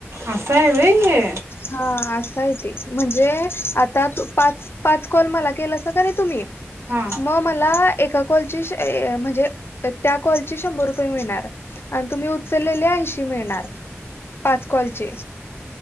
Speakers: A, on the right; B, on the left.
A: असा हाय होय हे!
B: हा असा य ते म्हणजे आता तू पाच पाच कॉल मला के लासा कणी तुम्ही
A: हा
B: मग मला एक कॉलची म्हणजे त्या कॉलची शंभर रुपये मिळणार. आणि तुम्ही उचललेल्या ऐंशी मिळणार. पाच कॉलचे.